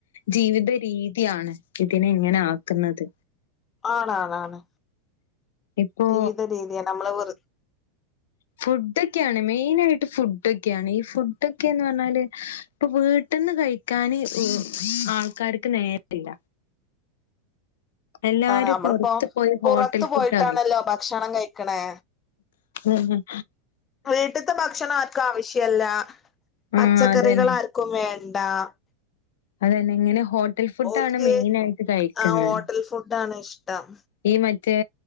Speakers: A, on the left; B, on the left.
A: ജീവിത രീതിയാണ് ഇതിനെ ഇങ്ങനെ ആക്കുന്നത് ന്നത്
B: ആണണ ആാണ്
A: ഇപ്പോ
B: ജീവിത രീതിയ നമ്മള് വെറു
A: ഫുഡൊക്കെയാണ് മെയിന ആയിട്ട് ഫുഡൊക്കെയാണ് ഈ ഫുഡൊക്കെന്ന് പറഞ്ഞാല് ഇപ്പൊ വീട്ടിൽന്ന് കഴിക്കാൻ ആൾക്കാർക്ക് നേരില്ല എല്ലാരും
B: അതാണ് നമ്മളിപ്പോ
A: പൊറത്ത് പോയി ഹോട്ടൽ
B: പുറത്തു പോയിട്ടാണല്ലോ
A: ഫുഡ ആ
B: ഭക്ഷണം കഴിക്കണേ
A: ഉം
B: വീട്ടത്തെ ഭക്ഷണം ആർക്കും ആവശ്യല്ല പച്ചക്കറികൾ
A: ആഹ് അതന്നെ
B: ആർക്കും വേണ്ട എണ്ട
A: അതന്നെ എങ്ങനെ ഹോട്ടൽ ഫുഡ
B: ഓൽക്ക്
A: ആണ് മെയിൻ ആയിട്ട് കഴിക്കുന്നത്
B: ആ ഹോട്ടൽ ഫുഡാണ് ഇഷ്ടം
A: ഈ മറ്റ മറ്റേ